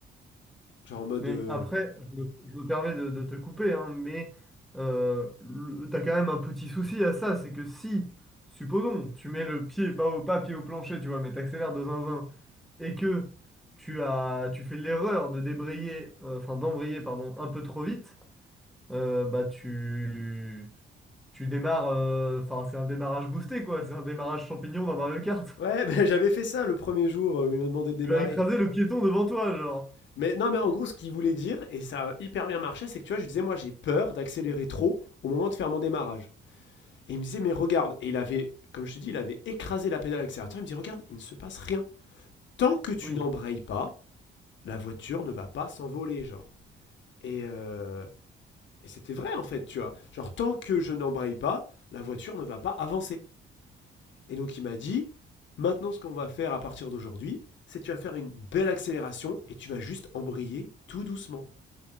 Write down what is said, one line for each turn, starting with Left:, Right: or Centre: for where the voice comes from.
Left: Genre en mode,
Centre: Mais
Left: euh,
Centre: après, je, me je me permets de, de te couper, hein, mais euh, le- t'as quand même un petit souci à ça, c'est que si, supposons, tu mets le pied, pas au pas, pied au plancher, tu vois, mais t'accélères de zinzin, et que tu as, tu fais l'erreur de débrayer, euh, enfin d'embrayer, pardon, un peu trop vite, euh, bah tu, tu démarres, euh, enfin c'est un démarrage boosté, quoi, c'est un démarrage champignon dans Mario Kart. <laughs>
Left: ouais, <laughs> bah, j'avais fait ça le premier jour euh, où il m'a demandé de démarrer.
Centre: Tu vas écraser le piéton devant toi, genre.
Left: Mais non, mais en gros, ce qu'il voulait dire, et ça a hyper bien marché, c'est que tu vois, je lui disais, moi j'ai peur d'accélérer trop au moment de faire mon démarrage. Et il me disait, mais regarde, et il avait, comme je te dis, il avait écrasé la pédale accélérateur, il me dit, regarde, il ne se passe rien. Tant que tu
Centre: Oui.
Left: n'embrayes pas, la voiture ne va pas s'envoler, genre. Et, euh, et c'était vrai, en fait, tu vois. Genre, tant que je n'embraye pas, la voiture ne va pas avancer. Et donc il m'a dit, maintenant ce qu'on va faire à partir d'aujourd'hui, c'est que tu vas faire une belle accélération et tu vas juste embrayer tout doucement.